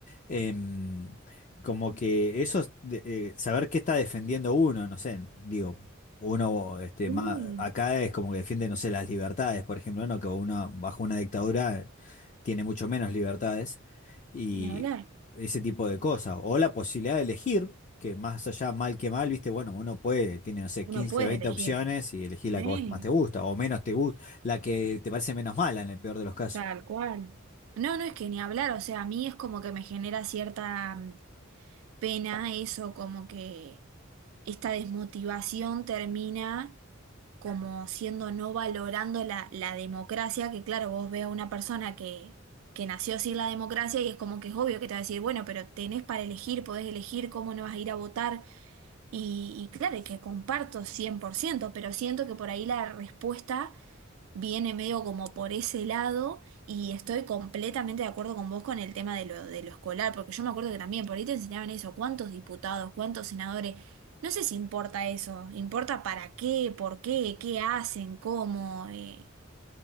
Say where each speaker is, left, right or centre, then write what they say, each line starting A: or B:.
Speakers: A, on the left (about 40°); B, on the right (about 80°).
A: Em, como que eso, es de- eh, saber qué está defendiendo uno, no sé, digo, uno este,
B: Sí,
A: ma- acá es como que defiende, no sé, las libertades, por ejemplo, ¿no? Que uno bajo una dictadura tiene mucho menos libertades y
B: ni hablar.
A: ese tipo de cosas. O la posibilidad de elegir, que más allá mal que mal, viste, bueno, uno puede, tiene, no sé,
B: Uno
A: quince
B: puede
A: veinte
B: elegir.
A: opciones y elegir la
B: Sí,
A: que vos más te gusta o menos te gusta, la que te parece menos mala en el peor de los casos.
B: tal cual. No, no es que ni hablar, o sea, a mí es como que me genera cierta mm, pena eso, como que esta desmotivación termina como siendo no valorando la, la democracia, que claro, vos ve a una persona que, que nació sin la democracia y es como que es obvio que te va a decir, bueno, pero tenés para elegir, podés elegir cómo no vas a ir a votar. Y, y claro, y que comparto cien por ciento pero siento que por ahí la respuesta viene medio como por ese lado y estoy completamente de acuerdo con vos con el tema de lo, de lo escolar, porque yo me acuerdo que también por ahí te enseñaban eso, cuántos diputados, cuántos senadores, no sé si importa eso, importa para qué, por qué, qué hacen, cómo, eh,